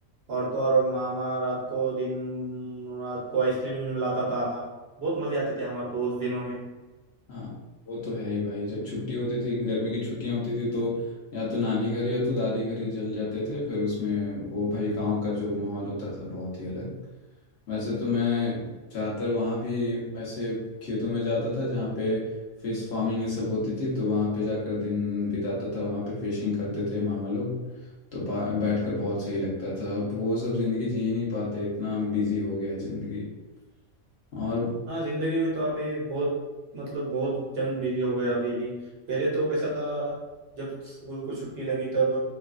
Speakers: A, on the right (about 55°); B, on the left (about 55°).
A: और तो और मामा रात को दिन रात को आइसक्रीम लाता था बहुत मजे आते थे हमारे को उस दिनों में
B: हाँ वो तो है ही भाई जब छुट्टी होती थी गर्मी की छुट्टियां होती थी तो या तो नानी घर या तो दादी घर ही चल जाते थे फिर उसमें वो भाई गांव का जो माहौल होता था बहुत ही अलग वैसे तो मैं ज़्यादातर वहाँ भी ऐसे खेतों में जाता था जहाँ पे फिश फार्मिंग ये सब होती थी तो वहाँ पे जाकर दिन बिताता था वहाँ पे फिशिंग करते थे मामा लोग तो बा- बैठकर बहुत सही लगता था अब वो सब ज़िंदगी जी ही नहीं पाते इतना बिजी हो गया है ज़िंदगी और
A: हाँ जिंदगी में तो अभी बहुत मतलब बहुत जन बिजी हो गए अभी पहले तो कैसा था जब स्कूल को छुट्टी लगी तब